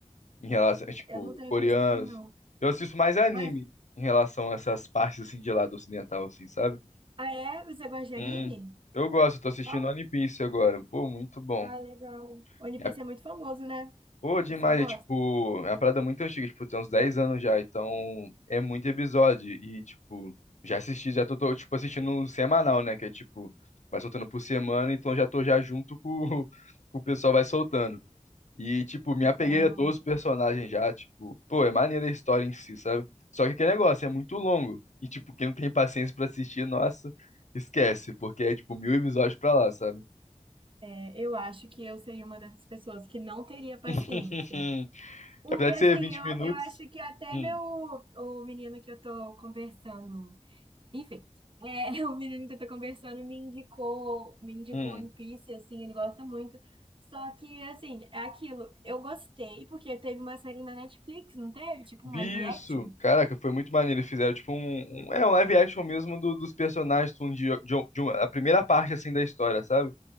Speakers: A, on the left (about 70°); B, on the right (about 45°).
A: em relação, é, tipo,
B: Eu não tenho
A: coreanos.
B: costume, não.
A: Eu assisto mais anime
B: Mas,
A: em relação a essas partes, assim, de lado ocidental, assim, sabe?
B: ah, é? Você gosta de anime?
A: Hum. Eu gosto, tô assistindo
B: Qual?
A: One Piece agora. Pô, muito bom.
B: Ah, legal. One
A: É,
B: Piece é muito famoso, né? O
A: pô, demais,
B: pessoal gosta.
A: é tipo, é uma parada muito antiga, tipo, tem uns 10 anos já, então é muito episódio. E, tipo, já assisti, já tô, tô, tipo, assistindo um semanal, né? Que é tipo, vai soltando por semana, então já tô já junto com, <laughs> com o pessoal vai soltando. E, tipo, me
B: Legal.
A: apeguei a todos os personagens já, tipo, pô, é maneira a história em si, sabe? Só que aquele negócio é muito longo. E, tipo, quem não tem paciência pra assistir, nossa, esquece, porque é, tipo, mil episódios pra lá, sabe?
B: É, eu acho que eu seria uma dessas pessoas que não teria paciência.
A: <laughs>
B: Porque
A: Apesar de
B: assim,
A: ser 20
B: eu,
A: minutos.
B: eu acho que até
A: Hum,
B: meu o menino que eu tô conversando, enfim, é, <laughs> o menino que eu tô conversando me indicou, me indicou
A: hum.
B: One Piece, assim, ele gosta muito. Só que assim, é aquilo, eu gostei porque teve uma série na Netflix, não teve? Tipo
A: vi
B: um live action.
A: Isso, caraca, foi muito maneiro. Eles Fizeram tipo um, um- é um live action mesmo do- dos personagens de, um- de, de, um- de uma- a primeira parte assim da história, sabe?